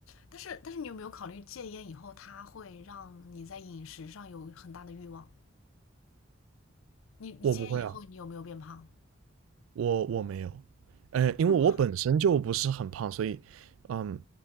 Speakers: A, on the left; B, on the right.
A: 但是但是你有没有考虑戒烟以后，它会让你在饮食上有很大的欲望？你你戒烟以后，
B: 我不会啊，
A: 你有没有变胖？
B: 我我没有，呃，因为我本身就不是很胖，
A: 那么
B: 所以，嗯，